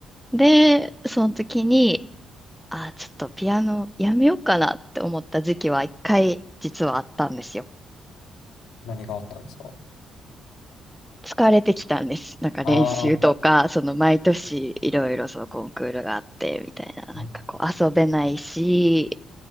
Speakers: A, in the centre; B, on the left (about 80°).
A: で、その時に、あー、ちょっとピアノやめようかなって思った時期は一回実はあったんですよ。
B: 何があったんですか
A: 疲れてきたんです。なんか練習とか、
B: ああー、
A: その毎年いろいろそのコンクールがあってみたいな、なんかこう遊べないし、
B: うん